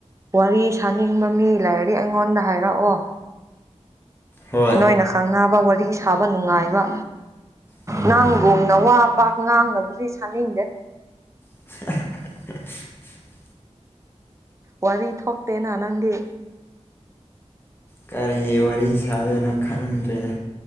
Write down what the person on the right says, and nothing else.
ꯋꯥꯔꯤ ꯁꯥꯅꯤꯡꯕ ꯃꯤ ꯂꯩꯥꯔꯗꯤ ꯑꯩꯉꯣꯟꯗ ꯍꯥꯏꯔꯛꯑꯣ
ꯅꯣꯏꯅ ꯈꯪꯅꯕ ꯋꯥꯔꯤ ꯁꯥꯕ ꯅꯨꯡꯉꯥꯏꯕ
ꯅꯪꯒꯨꯝꯅ ꯋꯥ ꯄꯥꯛ ꯉꯥꯡꯅꯕꯗꯤ ꯁꯥꯅꯤꯡꯗꯦ
ꯋꯥꯔꯤ ꯊꯣꯛꯇꯦꯅ ꯅꯪꯗꯤ